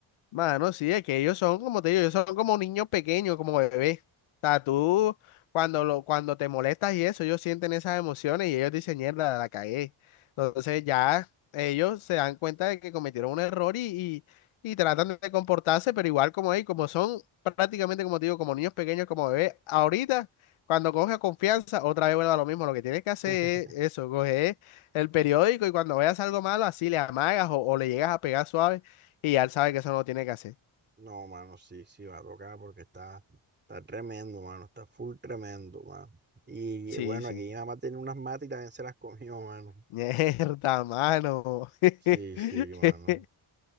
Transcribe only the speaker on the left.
Mano, sí, es que ellos son, como te digo, ellos son como niños pequeños, como bebés. O sea, tú, cuando, lo, cuando te molestas y eso, ellos sienten esas emociones y ellos dicen, mierda, la cagué. Entonces ya ellos se dan cuenta de que cometieron un error y, y, y tratan de comportarse, pero igual como ellos, como son prácticamente, como te digo, como niños pequeños, como bebés, ahorita, cuando coge confianza, otra vez vuelve a lo mismo. Lo que tienes que hacer
es eso, coger el periódico y cuando veas algo malo, así le amagas o o le llegas a pegar suave y ya él sabe que eso no lo tiene que hacer.
Sí,
sí.
Mierda, mano. <laughs>